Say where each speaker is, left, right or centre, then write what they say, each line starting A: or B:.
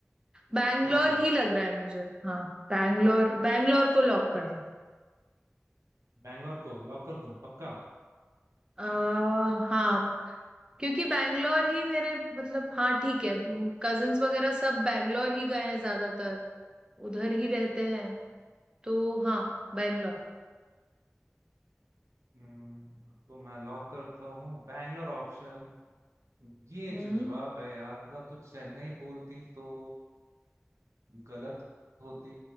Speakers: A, on the right; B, on the right.
A: बैंगलोर
B: अच्छा
A: ही लग रहा है मुझे हाँ बैंगलोर बैंगलोर को लॉक कर दें
B: बैंगलोर को लॉक कर दूं पक्का
A: अह हाँ क्योंकि बैंगलोर ही मेरे मतलब हाँ ठीक है कजन्स वगैरह सब बैंगलोर ही गए हैं ज्यादातर उधर ही रहते हैं तो हाँ बैंगलोर
B: हम्म, तो मैं लॉक करता हूँ बैंगलोर ऑप्शन ये
A: हम्म
B: जो जवाब है यार मतलब तो चेन्नई बोलती तो गलत होती